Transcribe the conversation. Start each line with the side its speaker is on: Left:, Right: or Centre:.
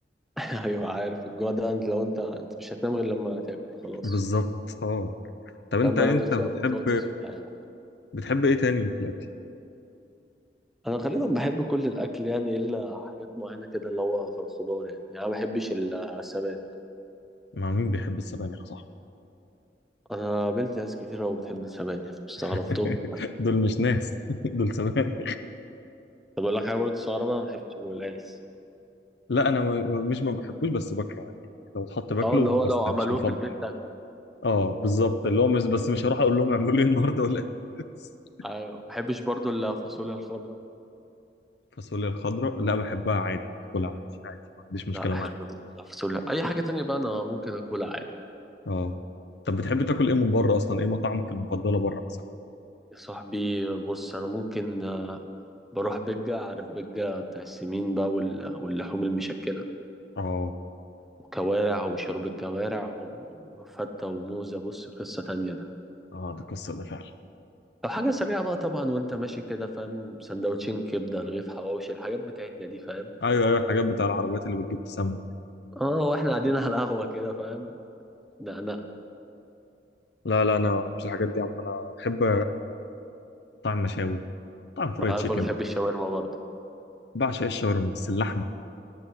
Centre: <laughs> أيوه عارف الجوع ده أنت لو أنت أنت مش هتنام غير لما تاكل خلاص
Left: بالظبط اه طب انت
Centre: تمام بقى
Left: انت
Centre: لو لقيت
Left: بتحب
Centre: شوية بطاطس ولا أي حاجة
Left: بتحب ايه تاني في الاكل
Centre: أنا غالبا بحب كل الأكل يعني إلا حاجات معينة كده اللي هو في الخضار يعني يعني أنا ما بحبش ال- السبانخ
Left: مع مين بيحب السبانخ صح
Centre: أنا قابلت ناس كتير أوي بتحب السبانخ استغربتهم
Left: <laughs> دول مش ناس <laughs> دول سمك
Centre: طب أقول لك حاجة برضه تستغربها أنا ما بحبش الولاس
Left: لا انا م- م- مش ما بحبوش بس باكله عادي لو اتحط باكله
Centre: أه اللي هو
Left: بس
Centre: لو
Left: مش
Centre: عملوه
Left: مفضل
Centre: في البيت تاكله
Left: اه بالظبط اللي هو مش بس مش هروح اقول لهم اعملوا لي النهارده ولا <laughs>
Centre: أيوه ما بحبش برضه الفاصوليا الخضراء
Left: الفاصوليا الخضراء لا بحبها عادي باكلها عادي عادي ما عنديش
Centre: لا
Left: مشكله
Centre: أحب
Left: معاها
Centre: برضه الفاصوليا أي حاجة تانية بقى أنا ممكن أكلها عادي
Left: اه طب بتحب تاكل ايه من بره اصلا ايه مطاعمك المفضله بره مثلا
Centre: يا صاحبي بص انا ممكن بروح بجة عارف بجة بتاع السمين بقى وال- واللحوم المشكلة
Left: اه
Centre: وكوارع وشرب الكوارع وفتة وموزة بص قصة تانية ده
Left: اه ده قصه ده فعلا
Centre: أو حاجة سريعة بقى طبعا وأنت ماشي كده فاهم سندوتشين كبدة رغيف حواوشي الحاجات بتاعتنا دي فاهم
Left: ايوه ايوه الحاجات بتاع العربيات اللي بتجيب تسمم دي.
Centre: اه واحنا قاعدين على القهوة كده فاهم لا لا
Left: لا لا انا ما بحبش الحاجات دي يا عم انا بحب طعم مشاوي طعم فرايد
Centre: أنا
Left: تشيكن
Centre: عارفة بتحب الشاورما برضه
Left: بعشق الشاورما بس اللحمه